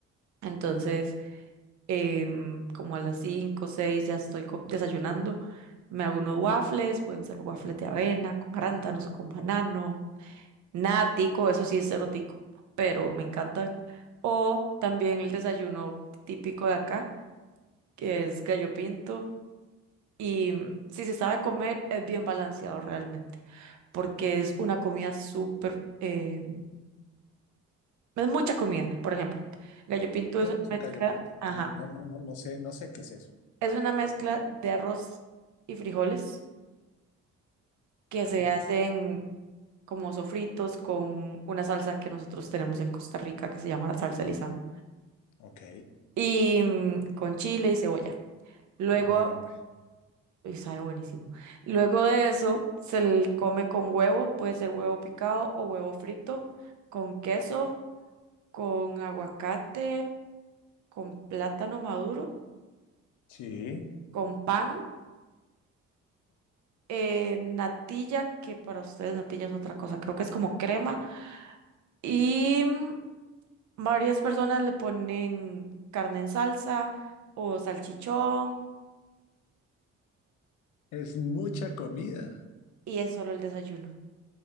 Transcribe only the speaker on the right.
Entonces, em, como a las 5, o 6 ya estoy co- desayunando. Me hago unos waffles, pueden ser waffles de avena, con arándanos o con banano. Nada tico, eso sí es cero tico, pero me encantan. O también el desayuno típico de acá, que es gallo pinto. Y mm, si se sabe comer, es bien balanceado realmente, porque es una comida súper, eh, es mucha comida. Por ejemplo, gallo pinto
es una
mezcla,
ajá,
es una mezcla de arroz y frijoles que
se hacen como sofritos con una salsa que nosotros tenemos en Costa Rica que se llama la salsa Lizano.
y mm, con chile y cebolla. Luego,
y sabe buenísimo. Luego de eso, se le come con huevo, puede ser huevo picado o huevo frito, con queso, con aguacate, con plátano maduro,
con pan, eh, natilla, que para ustedes natilla es otra cosa, creo que es como crema, y mm, varias personas le ponen carne en salsa o salchichón,
y es solo el desayuno.